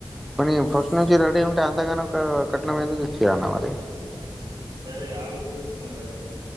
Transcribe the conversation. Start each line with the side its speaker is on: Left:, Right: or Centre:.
Centre: ప మరి
Right: ఉమ్
Centre: ఫస్ట్ నుంచి రెడీ గా ఉంటే అంతగానం ఆ కట్నం ఎందుకు ఇచ్చి మరి
Right: సరే అగు మల్ల చేస్తా